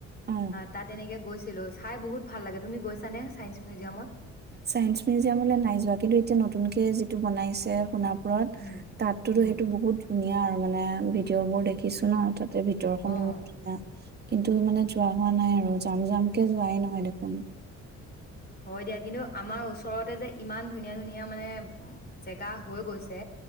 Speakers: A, on the right; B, on the left.
A: অ,
B: তাত এনেকে গৈ চাই বহুত ভাল লাগে তুমি গৈছােচা নে চাইন্স মিউজিয়ামত
A: চাইন্স মিউজিয়ামলৈ নাই যোৱা কিন্তু এতিয়া নতুন নতুনকে যিটো বনাইছে সোণাপুৰত
B: উম
A: তাততোতো
B: উম
A: সেইটো বহুত ধুনীয়া আৰু মানে ভিডিঅ' বোৰ দেখিছো ন আৰু তাত তাতে ভিতৰখনো
B: অ
A: মধীয়া কিন্তু মানে যোৱা হোৱা নাই আৰু জাম জামকে যোৱাই নহয় দেখোন
B: হয় দিয়া কিন্তু আমাৰ ওচৰতে যে ইমান ধুনীয়া ধুনীয়া মানে জেগা হৈ গৈছে